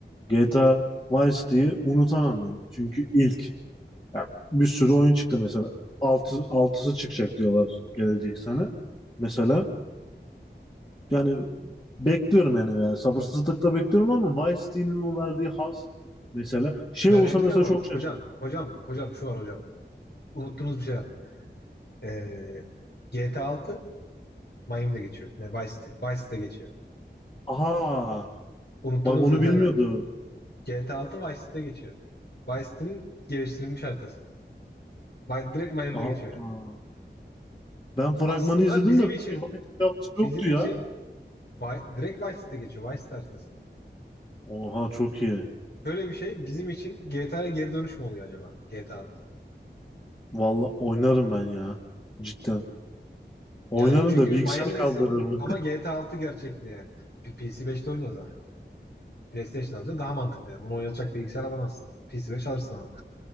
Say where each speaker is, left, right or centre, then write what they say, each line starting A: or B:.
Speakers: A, on the left (about 25°); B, on the left (about 60°).
A: GTA Vice City'yi unutamam yani. Çünkü ilk yani bir sürü
B: Kesin.
A: oyun çıktı mesela. Altı, altısı çıkacak diyorlar gelecek sene. Mesela yani bekliyorum yani, yani sabırsızlıkla bekliyorum ama Vice City'nin o verdiği haz mesela şey
B: Verebilir
A: olsa mesela
B: ama
A: çok şaşırırım.
B: hocam, hocam, hocam şu var hocam. Unuttuğunuz bir şey var. Ee, GTA 6 Miami'de geçiyor. Ne, Vice City. Vice City'de geçiyor.
A: Aha
B: Unuttuğunuz
A: Bak onu
B: bir detay
A: bilmiyordu.
B: var. GTA 6 Vice City'de geçiyor. Vice City'nin geliştirilmiş haritası. Bay- Direkt Miami'de
A: Aa,
B: geçiyor yani.
A: ben fragmanı
B: Aslında
A: izledim
B: bizim
A: de
B: için
A: bir Vice havası yoktu
B: bizim için
A: ya.
B: Vi- direkt Vice City'de geçiyor. Vice Star ses.
A: Oha çok iyi.
B: Şöyle bir şey bizim için GTA'ya geri dönüş mü oluyor acaba? GTA 6.
A: Valla oynarım ben ya. Cidden. Oynarım
B: Yani çünkü
A: da bilgisayar
B: Miami'desin
A: kaldırır mı?
B: ama GTA altı gerçekli yani. P- PC5'te oynuyor zaten. PlayStation alacaksın daha mantıklı yani. Onu oynatacak bilgisayar alamazsın. PC5 alırsın ama.